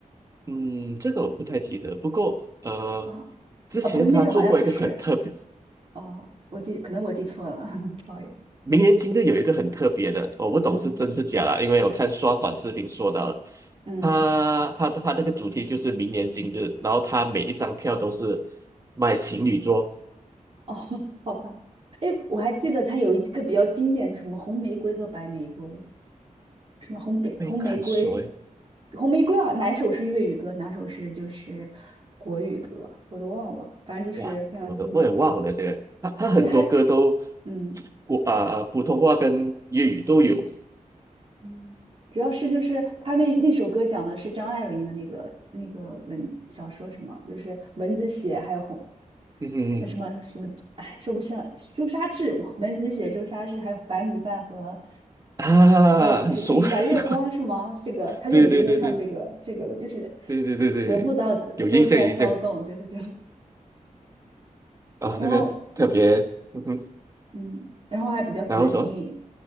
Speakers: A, on the right; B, on the right.
A: 嗯，这个我不太记得，不过呃，
B: 啊啊，
A: 之前他做过一个很特别。
B: 不是那个好像不是哦，我记，可能我记错了，<laughs> 不好意思。
A: 明年今日有一个很特别的，我不懂是真是假啦，
B: 嗯
A: 因为我看刷短视频说到了，
B: 嗯，
A: 他他他那个主题就是明年今日，然后他每一张票都是卖情侣桌，
B: 哦，<laughs> 好吧。哎，我还记得它有一个比较经典的，什么红玫瑰和白玫瑰，什么红北红玫瑰，
A: 没敢说诶，
B: 红玫瑰啊，哪首是粤语歌，哪首是就是国语歌，我都忘了，反正就是非常经典。
A: 哇，我都我也忘了这个，他他很多歌都
B: 就它，嗯
A: 国啊、普通话跟粤语都有，
B: 嗯，主要是就是他那那首歌讲的是张爱玲的那个那个文小说，什么，就是文字写还有红
A: 嗯哼
B: 那什么什么，哎，说不上朱砂痣，我门子写朱砂痣，还有白米饭和
A: 啊，
B: 白还有白月光是吗？
A: 很熟，<laughs>
B: 这个他就里边就唱这个这个了，
A: 对对对对
B: 就是
A: 对对对对，
B: 得不到的都在骚动，
A: 有印象有印象
B: 就是这样。
A: 啊，
B: 然后
A: 这个特别，嗯哼，
B: 嗯，然后还比较喜欢听
A: 然后什么？